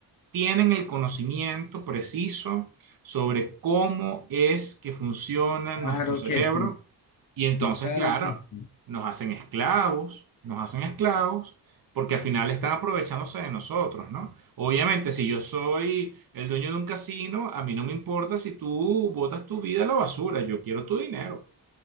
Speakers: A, on the right; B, on the left.
A: tienen el conocimiento preciso sobre cómo es que funciona
B: Claro
A: nuestro cerebro
B: que sí.
A: y entonces,
B: Claro
A: claro,
B: que sí.
A: nos hacen esclavos, nos hacen esclavos porque al final están aprovechándose de nosotros, ¿no? Obviamente, si yo soy el dueño de un casino, a mí no me importa si tú botas tu vida a la basura, yo quiero tu dinero,